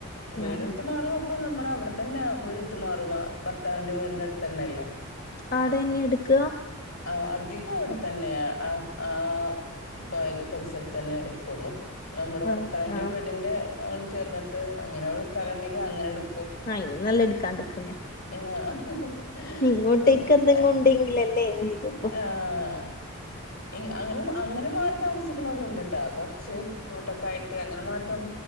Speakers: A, on the left; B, on the left.
A: വീടെടുത്ത്
B: ആഹ്
A: മാറിയ അപ്പൊ നമ്മൾ അവിടെ തന്നെ വീട് മാറുക ഭർത്താവിന്റെ വീടിൻ്റെ അടുത്ത് തന്നെ അല്ലേ
B: അതന്നെ ഇട്ക്ക
A: ആഹ് അധികം അവിടെ തന്നെയ ആഹ് ആഹ് <unintelligible> പരിസരത്ത് തന്നെ എടുക്കൊള്ളൂ നമ്മുടെ ഭർത്താന്റെ
B: അതെയാ
A: വീടിന്റെ അങ്ങട് ചേർന്നിട്ട് അങ്ങനെ സ്ഥലം ഇണ്ടെങ്കിൽ അങ്ങനെ എടു
B: ആയിന് നല്ല എടുക്കാണ്ട്ടുക്കുന്ന
A: ആഹ്
B: ഇങ്ങോട്ടേക്ക എന്തെങ്ങും ഉണ്ടെങ്കിലല്ലേ ഒരിതള്ളൂ
A: ആഹ് അങ്ങനെ അങ്ങനെ മാറി താമസിക്കണൊരു ഉണ്ട്ട്ട കൊറച്ച് നോട്ടൊക്ക ആയിട്ട് അങ്ങനെ മാറി താമ